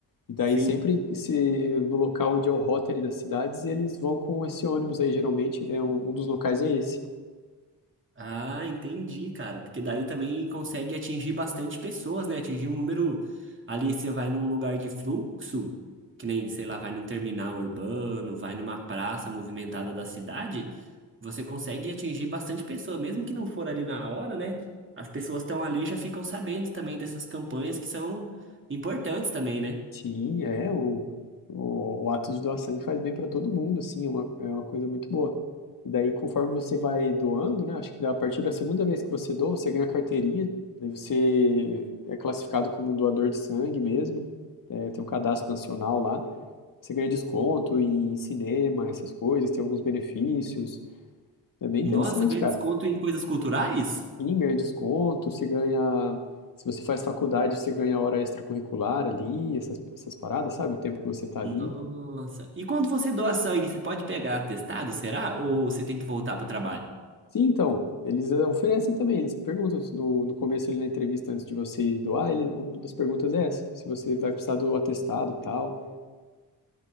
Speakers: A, on the left (about 50°); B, on the right (about 30°).
A: E daí
B: sim.
A: sempre se no local onde é o Rotary das cidades, eles vão com esse ônibus aí, geralmente, é um, um dos locais é esse.
B: Ah, entendi, cara. Porque daí também consegue atingir bastante pessoas, né? Atingir um número. Ali você vai num lugar de fluxo, que nem, sei lá, vai num terminal urbano, vai numa praça movimentada da cidade, você consegue atingir bastante pessoa, mesmo que não for ali na hora, né? As pessoas estão ali e já ficam sabendo também dessas campanhas que são importantes também, né?
A: Sim, é, o, o, o ato de doar sangue faz bem para todo mundo, assim, é uma, é uma coisa muito boa. E daí, conforme você vai doando, né, acho que a partir da segunda vez que você doa, você ganha a carteirinha, daí você é classificado como um doador de sangue mesmo, é, tem um cadastro nacional lá, você ganha desconto em cinema, essas coisas, tem alguns benefícios, é bem interessante,
B: Nossa, ganha
A: cara.
B: desconto em coisas culturais?
A: Sim, ganha desconto, você ganha... Se você faz faculdade, você ganha hora extracurricular ali, essas, essas paradas, sabe? O tempo que você tá ali.
B: Nossa. E quando você doa sangue, você pode pegar atestado, será? Ou você tem que voltar pro trabalho?
A: Sim, então, eles eh, oferecem também, eles perguntam se no, no começo ali na entrevista, antes de você ir doar, ele, uma das perguntas é essa, se você vai precisar do atestado e tal,